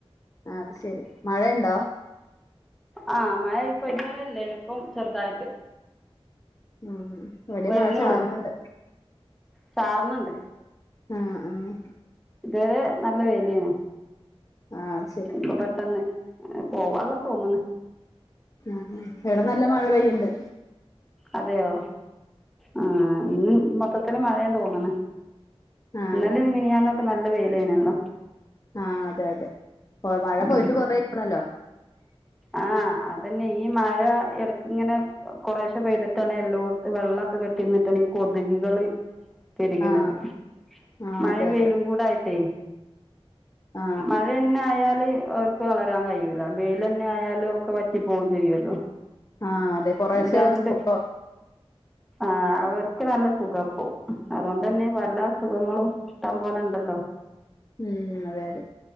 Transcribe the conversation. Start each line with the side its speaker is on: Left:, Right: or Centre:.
Left: ആഹ് അത് ശെരി മഴയണ്ടോ
Centre: ആഹ് മഴ ഇപ്പൊ ഇതുവരെല്ലേ ഇപ്പം ചെറുതായിട്ട്
Left: ഉം ഇവിടെ
Centre: വരുന്നേ
Left: മഴ ചാറുന്നുണ്ട്
Centre: ഉള്ളു ചാ റിനണ്ട്
Left: ആഹ് ആഹ്
Centre: ഇതുവരെ നല്ല വേലേന
Left: ആ അത് ശരി
Centre: ഇപ്പൊ പെട്ടെന്ന് പോവള്ളം തോന്നന്ന്
Left: ആഹ് എവിടെ നല്ല മഴ പെയ്യുണ്ട്
Centre: അതെയോ ആഹ് ഇന്ന് മൊത്തത്തിന് മഴേ തോന്നന്ന്
Left: ആ
Centre: ഇന്നെലെ മിനിയാന്നൊക്കെ നല്ല വെയിലനല്ലോ
Left: ആഹ് അതെ അതെ മഴ
Centre: ഉം
Left: പോയിട്ട് കൊറക്കണല്ലോ
Centre: ആഹ് അതന്നെ ഈ മഴ ഇടക്ക് ഇങ്ങനെ കൊറേശെ പെയ്തിട്ടാണ് എല്ലോടത്തും വെള്ളമൊക്കെ കെട്ടിന്നിട്ടാണ് ഈ കൊതുകുകള് പെരുകുണത്
Left: ആ ആ
Centre: മഴ
Left: അതെ
Centre: വെയിലും
Left: അതെ
Centre: കൂട് ആയിട്ടേ
Left: ആ
Centre: മഴ തന്നെ ആയാല് അവർക്ക് വളരാൻ കഴിയൂല വെൽന്നെ ആയാലും ഒക്കെ പറ്റി പോകും ചെയ്യുമല്ലോ
Left: ആ അതെ കൊറേശ്ശെ
Centre: ഇത് രണ്ട്
Left: ഒന്ന് ഇപ്പോ
Centre: ആ അവർക്ക് നല്ല സുഖാ ഇപ്പം. അതോണ്ട് തന്നെ പല അസുഖങ്ങളും ഇഷ്ടം പോലെ ഇണ്ടല്ലോ.
Left: ഉം അതെ അതെ